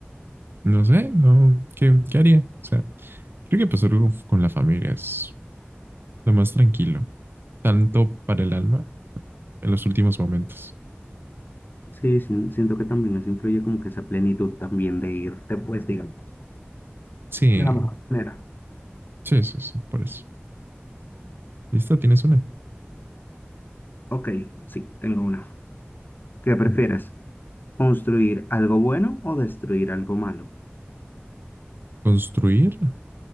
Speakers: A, on the right; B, on the left.
A: no sé, no, ¿qué, qué haría? O sea, creo que pasar algo con la familia es lo más tranquilo, tanto para el alma en los últimos momentos.
B: sí, sí, siento que también eso influye como que esa plenitud también de irte, pues, digamos,
A: Sí,
B: de la mejor manera.
A: sí, sí, sí, por eso. ¿Listo? ¿Tienes una?
B: Ok, sí, tengo una. ¿Qué prefieres? ¿Construir algo bueno o destruir algo malo?
A: ¿Construir?